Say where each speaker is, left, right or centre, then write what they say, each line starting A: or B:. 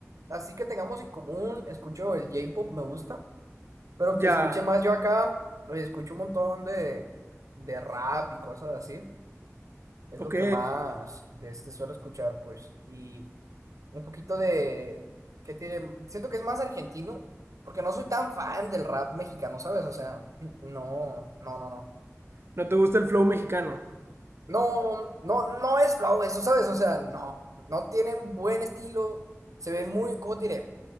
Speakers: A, on the right (about 90°); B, on the right (about 50°).
A: así que tengamos en común, escucho el J-pop, me gusta, pero
B: Ya,
A: que escuche más yo acá, eh, escucho un montón de, de rap y cosas así. Es
B: ok.
A: lo que más de este suelo escuchar, pues. Y un poquito de, ¿qué tiene? Siento que es más argentino, porque no soy tan fan del rap mexicano, ¿sabes? O sea, no, no, no, no.
B: ¿No te gusta el flow mexicano?
A: No, no, no es flow eso, ¿sabes? O sea, no, no tienen buen estilo, se ven muy, ¿cómo te diré?